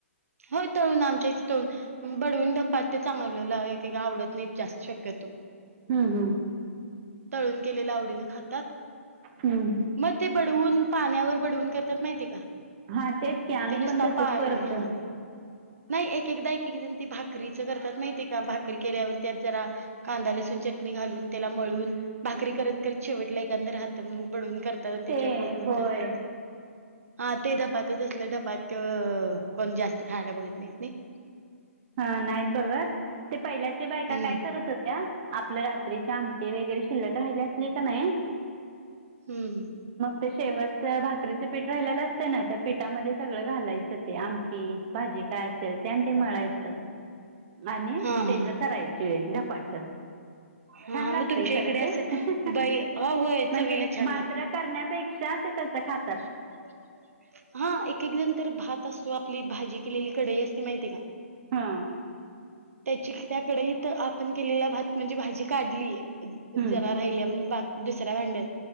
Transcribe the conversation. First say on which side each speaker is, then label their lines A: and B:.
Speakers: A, on the right; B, on the right.
A: होय तळून आमच्या इथं तळुन बडवून धपाटे चांगलेलं आहे. ते काय आवडत नाही जास्त शक्यतो,
B: हम्म हम्म.
A: तळून केलेल्या आवडीने खातात.
B: हम्म,
A: म ते बडवून, पाण्यावर बडवून करतात माहितीय का?
B: हा तेच की आम्ही
A: ते निस्त
B: पण तसच
A: पाण्याने,
B: करतो.
A: हा नाही एक एकदा, एक- एक जण ते भाकरीचं करतात माहितीय का, भाकरी केल्यावरती ते जरा कांदा लसून चटणी घालून त्याला मळून भाकरी करत- करत शेवटला एखादं राहातं म्हणुन बडवून करत‌ करून
B: ते
A: त्याच्यावर बोटे
B: होय.
A: उठवतात ती. हा ते धपाटं तसले धपाटं, तसलं धपाटं कोण जास्त खायला बघत नाही.
B: हा नाहीत बघत, ते पहिल्याच्या बायका
A: हम्म
B: काय करत होत्या आपल्या रात्रीच्या आम आमटी वगैरे शिल्लक राहिली आसली का नाही
A: हम्म
B: ते शेवटचं भाकरीचं पीठ राहिलेलं असतं ना त्या पीठामध्ये सगळं घालायचं ते आमटी भाजी काय असेल त्या ते मळायचं आणि
A: हा
B: त्याच
A: हा
B: करायचं. शिळे धपाटं.
A: हा
B: छान लागतंय
A: मग तुमच्या
B: खरं
A: इकडे
B: ते,
A: असं
B: अं, हं, हे
A: बाई हा होय
B: म्हणजे
A: चवीला छान
B: मात्र करण्यापेक्षा पेक्षा ते तसं खात
A: खात्या ना. हा एक -एक जण तर भात असतो, आपली भाजी केलेली कढाई असते माहिती का?
B: हा,
A: त्याची त्या कढईत आपण केलेला भात, म्हणजे भाजी काढलीय
B: हं,
A: जरा राहिलीण बाकी दुसऱ्या भांड्यात,